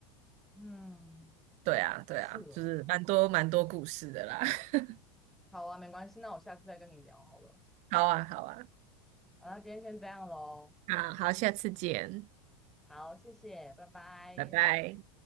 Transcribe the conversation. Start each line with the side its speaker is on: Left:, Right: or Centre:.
Centre: 嗯，
Right: 对啊，对啊，
Centre: 是哦。
Right: 就是蛮多蛮多故事的啦。<laughs>
Centre: 好啊，没关系，那我下次再跟你聊好了。
Right: 好啊，好啊，
Centre: 好了，今天先这样喽。
Right: 好好，下次见，
Centre: 好，谢谢，拜拜。
Right: 拜拜。